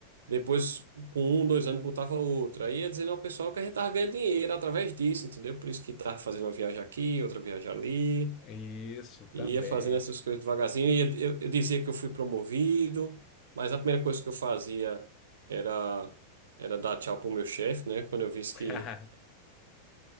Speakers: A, on the right; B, on the left.
A: depois, com um, dois anos, botava outra. Aí ia dizendo ao pessoal que a gente tava ganhando dinheiro através disso, entendeu? Por isso que tava fazendo uma viagem aqui, outra viagem ali.
B: Isso também.
A: E ia fazendo essas coisas devagarzinho. E eu, eu dizia que eu fui promovido, mas a primeira coisa que eu fazia era, era dar tchau pro meu chefe, né? Quando eu visse
B: <laughs>
A: que.